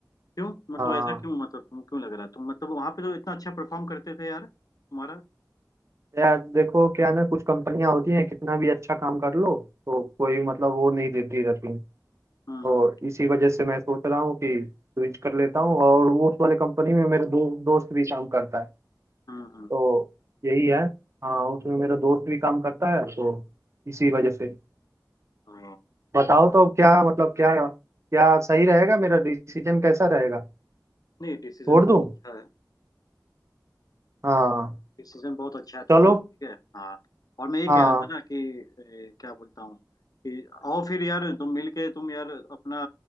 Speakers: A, on the left (about 60°); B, on the right (about 40°).
A: क्यों मतलब
B: हाँ
A: ऐसा क्यों मतलब तुम क्यों लग रहा तुम मतलब वहां पे तो इतना अच्छा परफॉर्म करते थे यार तुम्हारा
B: यार देखो क्या है ना कुछ कंपनियां होती हैं कितना भी अच्छा काम कर लो तो कोई
A: हम्म
B: मतलब वो नहीं देती रहती तो
A: हम्म
B: इसी वजह से मैं सोच रहा हूँ कि स्विच कर लेता हूँ और वो उस वाले कंपनी में मेरे दो, दोस्त भी काम करता है
A: हम्म हम्म।
B: तो यही है हाँ उसमें मेरा दोस्त भी काम करता है तो इसी वजह से
A: ओ,
B: बताओ तो अब क्या मतलब क्या क्या सही रहेगा मेरा डिसीजन कैसा रहेगा
A: नहीं डिसीजन
B: छोड़
A: बहुत
B: दूँ
A: अच्छा है
B: हाँ
A: डिसीजन बहुत अच्छा है तुम्हारा
B: चलो
A: ठीक है हाँ और मैं ये
B: हाँ
A: कह रहा था ना कि ए, क्या बोलता हूँ कि आओ फिर यार तुम मिल के तुम यार अपना